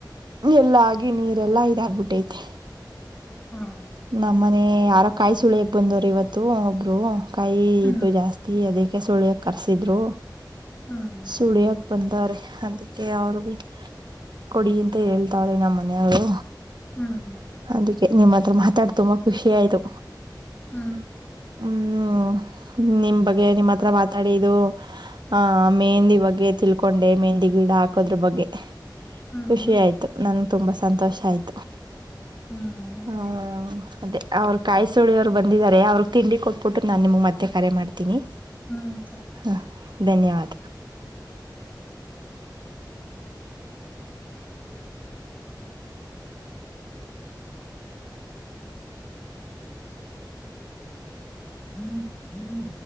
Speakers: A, on the right; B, on the left.
A: ಎಲ್ಲಗಿ ನೀರೆಲ್ಲಾ ಇದಾಗಬಿಟ್ಟತೆ
B: ಹಾ
A: ನಮ್ಮನೆ ಯಾರ ಕಾಯಿ ಸುಳಿಯಕ್ ಬಂದವ್ರ ಇವತ್ತು ಒಬ್ರು ಕಾಯಿ
B: ಹ್ಮ್
A: ಇತ್ತು ಜಾಸ್ತಿ ಅದಕ್ಕೆ ಸುಳ್ಯಕ್ ಕರ್ಸಿದ್ರು
B: ಹ್ಮ್
A: ಸುಡಿಯಕ್ ಬಂದಾರೆ ಅದಕ್ಕೆ ಅವರು ಭ ಕೊಡಿ ಅಂತ ಹೇಳ್ತಾವ್ರಿ ನಮ್ಮ ಮನೆಯವರು
B: ಹ್ಮ್
A: ಅದಕ್ಕೆ ನಿಮ್ಮ ಹತ್ರ ಮಾತಾಡ್ ತುಂಬಾ ಖುಷಿ ಆಯ್ತು
B: ಹ್ಮ
A: ಹ್ಮ್ ನಿಮ್ ಬಗ್ಗೆ ನಿಮ್ಮ್ ಹತ್ರ ಮಾತಾಡ ಇ ಆ ಮೆಂದಿ ಬಗ್ಗೆ ತಿಳ್ಕೊಂಡೆ ಮೆಹಂಡಿ ಗಿಡ ಹಾಕೋದ್ರ ಬಗ್ಗೆ
B: ಹ್ಮ್
A: ಖುಷಿ ಆಯ್ತು ನನ್ಗೆ ತುಂಬಾ ಸಂತೋಷ ಆಯ್ತು
B: ಹ್ಮ್
A: ಹ್ಮ
B: ಥ್ಯಾಂಕ್ ಯು
A: ಅದೇ ಅವರು ಕಾಯಿ ಸುಳಿಯವರು ಬಂದಿದ್ದಾರೆ ಅವ್ರ ತಿಂಡಿ ಕೊಟ್ಬಿಟ್ಟು ನಾನು ನಿಮ್ಗೆ ಮತ್ತೆ ಕರೆ ಮಾಡ್ತೀನಿ
B: ಹ್ಮ್
A: ಹಾ ಧನ್ಯವಾದ
B: ಹ್ಮ್ ಹ್ಮ್